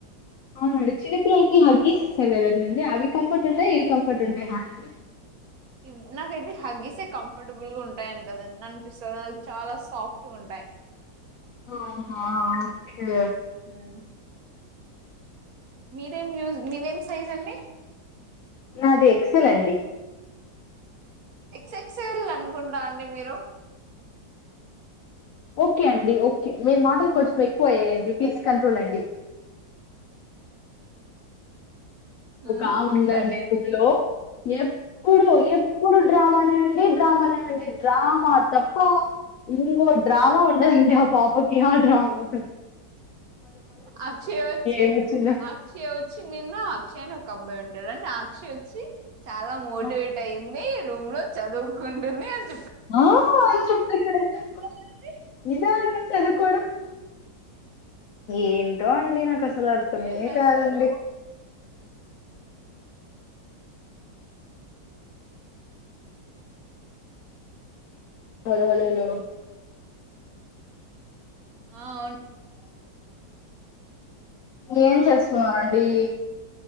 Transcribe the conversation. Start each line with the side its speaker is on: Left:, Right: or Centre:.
Left: అవునండి చిన్నపిల్లకి హగ్గీస్ ఇస్తారగదండి అవి కంఫర్ట్ ఉంటాయా ఇవి కంఫర్ట్ ఉంటాయా అండి
Right: ఇవ్ నాకైతే హగ్గిసే కంఫబుల్గుటై ఆటాయింటయ్ అన్న్పిస్తంది చాలా సాఫ్టుగుంటాయ్ ఎ
Left: అవునా ఓకే
Right: మ్మ్ మీదేం యుస్ మీవేం సైజ్ అండి
Left: నాది ఎక్స్కెల్ అండి
Right: ఎక్స్ ఎక్సెల్ అనుకుంటా అండి మీరు
Left: ఓకే అండి ఓక్ కే మేర్ మాటలు కొంచెం ఎక్కువయ్యాయండి ప్లీజ్ కంట్రోల్ అండి
Right: ఉమ్
Left: ఒకముందండి
Right: సరే అండి
Left: బుక్ర్లో యేప్పుడు యేప్పుడు డ్రామానే అండి డ్రామానే అండి డ్రామా తప్ప ఇంకో డ్రామ ఉండదాండి మా పాపకి ఆడ్రామ త్
Right: అక్షెయ్యొచ్చి
Left: ఏమొచ్చిందో
Right: అక్షెయ్యొచ్చి నిన్ను అక్షయ్య్ అని ఒక అబ్బాయి ఉంటాడన్నీ ఆ అక్షయ్ ఓచ్చి చాలా మోడివేటైయింది
Left: ఆ
Right: రూమ్ లో చదువుగుంటుంది అన్
Left: ఆహా <unintelligible>
Right: అంటే
Left: ఏల అల చదువుకోడం ఏంటో అండి నాక్ అసలు అర్థమే
Right: ఏం రాశారు
Left: కాదండి హలో హలో లో
Right: ఆ అవున్
Left: ఏం
Right: ఆ
Left: చేస్తున్నారు అండి